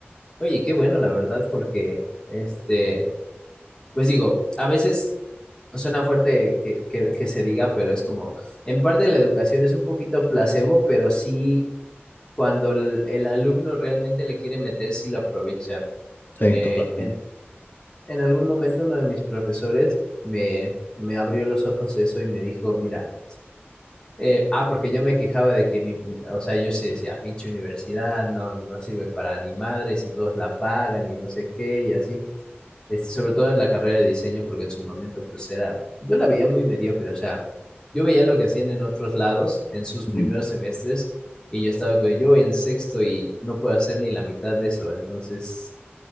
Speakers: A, on the left (about 20°); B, on the left (about 50°).
A: Oye, qué bueno, la verdad, porque, este, pues digo, a veces suena fuerte que, que, que se diga, pero es como, en parte la educación es un poquito placebo, pero sí cuando el, el alumno realmente le quiere meter, sí lo aprovecha.
B: Sí,
A: Eh,
B: totalmente.
A: en, en algún momento uno de mis profesores me, me abrió los ojos a eso y me dijo, mira, eh, ah, porque yo me quejaba de que mi, o sea, yo sí decía, pinche universidad, no, no sirve para ni madres y todos la pagan y no sé qué y así. Este, sobre todo en la carrera de diseño, porque en su momento pues era, yo la veía muy mediocre, o sea, yo veía lo que hacían en otros lados, en sus primeros
B: Mm.
A: semestres, y yo estaba como, yo voy en sexto y no puedo hacer ni la mitad de eso, entonces